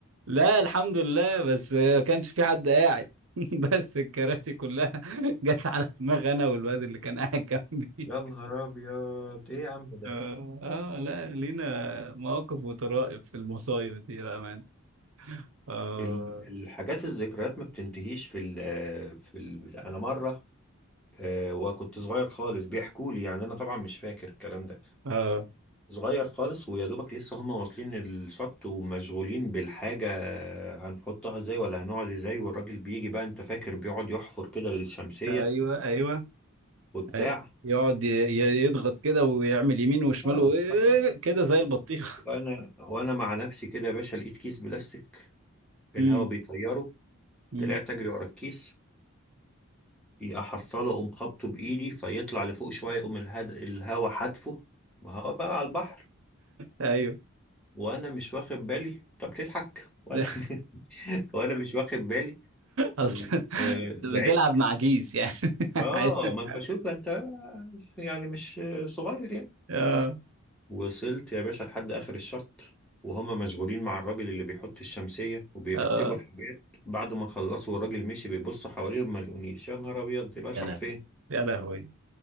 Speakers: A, on the right; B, in the centre.
A: لا الحمد لله بس ما كانش في حد قاعد <laughs> بس الكراسي كلها <laughs> جت على دماغ انا والواد اللي كان قاعد جنبي
B: يا نهار ابيض ايه يا عم ده
A: آه, آه لا لينا مواقف وطرائف في المصايب دي بقى مان آه
B: ال- الحاجات الذكريات ما بتنتهيش في ال في ال بتاع. انا مره آه، وكنت صغير خالص بيحكوا لي يعني انا طبعا مش فاكر الكلام ده
A: آه
B: صغير خالص ويا دوبك لسه هم واصلين الشط ومشغولين بالحاجه آه، هنحطها ازاي ولا هنقعد ازاي والراجل بيجي بقى انت فاكر بيقعد يحفر كده للشمسيه
A: أيوه أيوه
B: وبتاع
A: أيوه. يقعد ي- ي- يضغط كده ويعمل يمين وشمال
B: اه
A: و-
B: اه
A: كده زي البطيخ
B: وانا وانا مع نفسي كده يا باشا لقيت كيس بلاستيك
A: <laughs>
B: الهوا
A: امم
B: بيطيره
A: امم
B: طلعت اجري ورا الكيس احصله اقوم خبطه بايدي فيطلع لفوق شويه يقوم الهد... الهوا حدفه ما هو بقى على البحر
A: أيوه
B: وانا مش واخد بالي طب تضحك
A: <laughs>
B: وانا
A: ده
B: <laughs> وانا مش واخد بالي
A: أصلا
B: و... آه، بعدت
A: بتلعب مع كيس يعني
B: اه
A: <laughs>
B: ما انت شوف انت يعني مش صغير يعني.
A: آه
B: وصلت يا باشا لحد آخر الشط وهما مشغولين مع الراجل اللي بيحط الشمسية وبيرتبوا
A: آه
B: الحاجات بعد ما خلصوا والراجل مشي بيبص حواليهم ما لقونيش يا نهار أبيض دلوقتي
A: يا
B: راح
A: لهوي
B: فين؟
A: يا لهوي